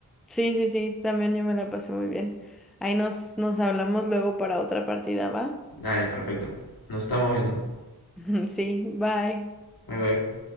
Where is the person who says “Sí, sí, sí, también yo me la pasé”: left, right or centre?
Centre